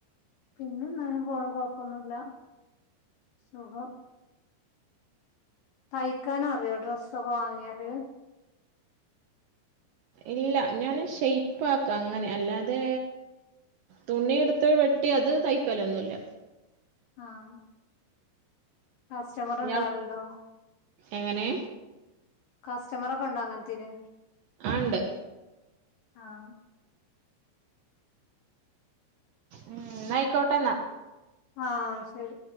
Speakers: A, on the left (about 75°); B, on the right (about 75°).
A: പിന്നെന്താങ്ങനെ പോണ് കൊഴപ്പൊന്നുല്ല സുഖം തയ്ക്കാനറിയോ ഡ്രസ്സൊക്കെ വാങ്ങിയാല്
B: ഇല്ല ഞാന് ഷെയ്പാക്ക അങ്ങനെ അല്ലാതേ തുണി എടുത്ത് വെട്ടി അത് തയ്ക്കലൊന്നുല്ല
A: ആഹ് കസ്റ്റമറ്
B: ഇയാൾ
A: ഉണ്ടാവലുണ്ടോ?
B: എങ്ങനെ?
A: കസ്റ്റമറൊക്കെ ഉണ്ടോ അങ്ങൻത്തിന്
B: ആഹ് ണ്ട്
A: ആഹ്
B: ഉം ന്നയ്ക്കോട്ടെന്നാ
A: ആഹ് ശരി